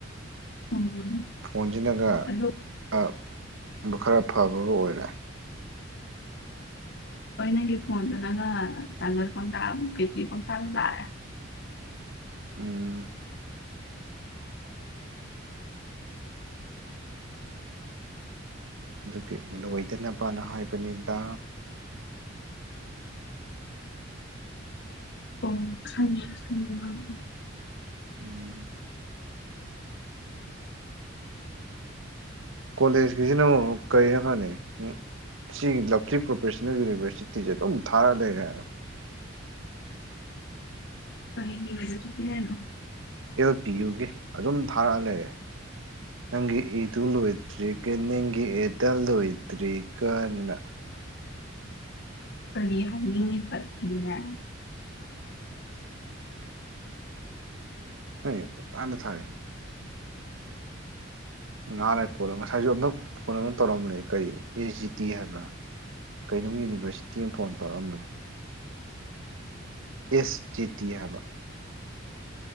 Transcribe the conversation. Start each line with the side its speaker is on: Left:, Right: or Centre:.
Left: ꯎꯝ
Right: ꯐꯣꯟꯁꯤꯅꯒꯕ
Left: ꯑꯗꯣ
Right: ꯈꯔ ꯐꯕꯕꯨ ꯑꯣꯏꯔꯦ
Left: ꯍꯣꯏ ꯅꯪꯒꯤ ꯐꯣꯟꯗꯨ ꯅꯒ ꯆꯥꯒ ꯄꯪꯊꯥ ꯕꯦꯇ꯭ꯔꯤ ꯄꯪꯊꯥꯗ ꯂꯥꯛꯑꯦ
Right: ꯎꯝ ꯑꯗꯨꯒꯤ ꯂꯣꯏꯗꯅꯕꯅ ꯍꯥꯏꯕꯅꯤꯗ
Left: ꯑꯣ UNINTELLIGIBLE
Right: ꯎꯝ ꯀꯣꯂꯦꯖꯀꯤꯁꯤꯅ ꯑꯃꯨꯛ ꯀꯔꯤꯅꯣ ꯈꯪꯉꯦ ꯁꯤꯒꯤ ꯂꯝꯞꯁꯤ ꯄ꯭ꯔꯣꯐꯦꯁꯅꯦꯜ ꯌꯨꯅꯤꯚꯔꯁꯤꯇꯤ ꯁꯦ ꯑꯗꯨꯝ ꯊꯥꯔ ꯂꯩꯔꯦ
Left: ꯀꯔꯤ ꯌꯨꯅꯤꯚꯔꯁꯤꯇꯤ ꯍꯥꯏꯅꯣ
Right: ꯑꯦꯜ ꯄꯤ ꯌꯨꯒꯤ ꯑꯗꯨꯝ ꯊꯥꯔꯛꯑ ꯂꯩꯔꯦ ꯅꯪꯒꯤ ꯏꯗꯨ ꯂꯣꯏꯗ꯭ꯔꯤꯒ ꯅꯪꯒꯤ ꯑꯦꯗꯜ ꯂꯣꯏꯗ꯭ꯔꯤ ꯀ ꯅ
Left: ꯀꯔꯤ ꯍꯥꯏꯅꯤꯡꯉꯤꯕ ꯑꯗꯨꯅ
Right: ꯍꯦ ꯄꯨꯡꯊꯥꯗ ꯊꯥꯔꯛꯏ ꯉꯥꯜꯔꯀꯣꯂꯣ ꯉꯁꯥꯏꯁꯨ ꯑꯝꯇꯛ ꯐꯣꯟ ꯑꯃ ꯇꯧꯔꯝꯕꯅꯦ ꯀꯔꯤ ꯑꯦꯁ ꯖꯤ ꯇꯤ ꯍꯥꯏꯕ꯭ꯔꯥ ꯀꯩꯅꯅꯨꯡ ꯌꯨꯅꯤꯚꯔꯁꯤꯇꯤ ꯑꯃ ꯐꯣꯟ ꯇꯧꯔꯛꯑꯝꯕꯅꯤ ꯑꯦꯁ ꯆꯦꯇꯤ ꯍꯥꯏꯕ